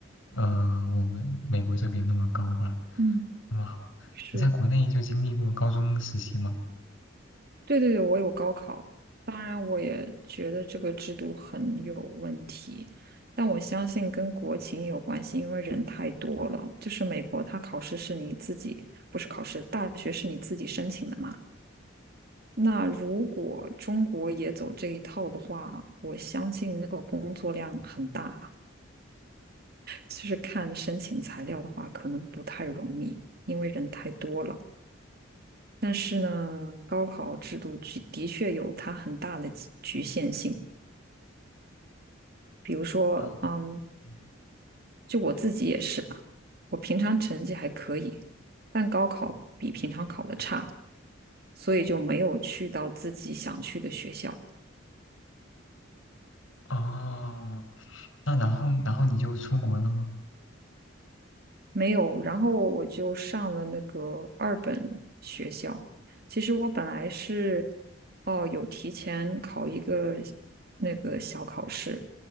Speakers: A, on the left; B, on the right.
A: 呃，我们美国这边那么高吧，
B: 嗯，
A: 那么好。
B: 是，
A: 你在国内就经历过高中时期吗？
B: 对对对，我有高考，当然我也觉得这个制度很有问题，但我相信跟国情有关系，因为人太多了。就是美国，它考试是你自己，不是考试，大学是你自己申请的嘛。那如果中国也走这一套的话，我相信那个工作量很大，其实看申请材料的话，可能不太容易，因为人太多了。但是呢，高考制度局的确有它很大的局局限性。比如说，
A: 啊，
B: 嗯，
A: 嗯
B: 就我自己也是吧，我平常成绩还可以，但高考比平常考的差，所以就没有去到自己想去的学校。
A: 哦，那然后然后你就出国了吗？
B: 没有，然后我就上了那个二本学校。其实我本来是，哦，有提前考一个那个小考试，